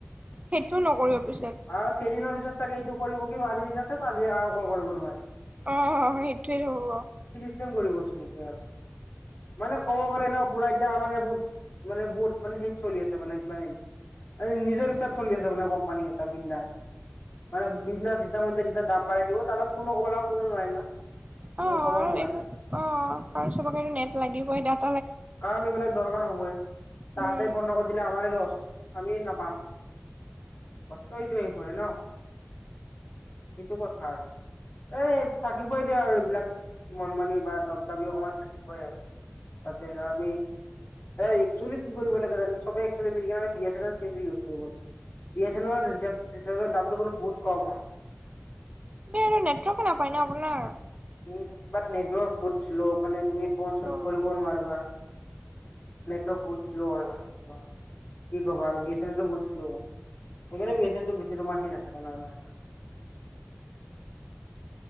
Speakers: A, on the right; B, on the left.
A: সেইটোও নকৰিব। পিছত
B: আৰু কেইদিনৰ পিছত চাগে এইটো কৰিব কি ম আজি আচে আজি আৰু ক'ল কৰিব নোৱাৰে।
A: অঁহ অ সেইটোৱে হ'ব।
B: কৰিব চোন এতিয়া আৰু। মানে ক'ব গ'লে ন পুৰা এতিয়া মানে বহুত মানে বহুত মানে হেত চলি আছে মানে মানে। নিজৰ ইচ্ছাত চলি আছে মানে কোম্পানীয়ে। বিন্দাচ মানে বিন্দাচ যেতিয়া দাম বঢ়াই দিব ত' কোনো ক'ব নোৱাৰে ন'। কোনো
A: অঁহ
B: ক'বও
A: আৰু
B: নোৱাৰে
A: অঁ কাৰণ চবকে নেট লাগিবই তা'ত।
B: কাৰণ এইবিলাক দৰকাৰ হবই তাহাতে
A: উম
B: বন্ধ কৰি দিলে আমাৰ ল'ছ আমি নাপাম। কষ্ট এইটোৱেই হয় ন।
A: <unintelligible> <inaudible>
B: সেইটো কথা আৰু এই থাকিবই দিয়া আৰু এইবিলাক। মন মানি বা দব দাবি অকণমান থাকিবই আৰু। তা'তে আমি- এক্সচলি এই কি কৰিব লাগে জা'ন চবেই actually B A channel D A channel use লাগে। বি এ চেন্ট্ৰেলৰ ৰিচাৰ্জৰ দামটো বহুত কম হয়।
A: সেই নেটৱৰ্ক নাপায় ন আপোনাৰ?
B: উম' নেটৱৰ্ক বহুত শ্ল' মানে তুমি
A: বহুত
B: ফোন
A: শ্ল
B: চোন কৰিব নোৱাৰিবা। বহুত শ্ল' হয় মানে কি কবা আৰু বি এ চেন্ট্ৰেল বহুত শ্ল' হয়। চবৰেই বি এ চেন্ট্ৰেল বেছি তোমাৰ সেৰি নাথাকে নহয়।
A: <inaudible>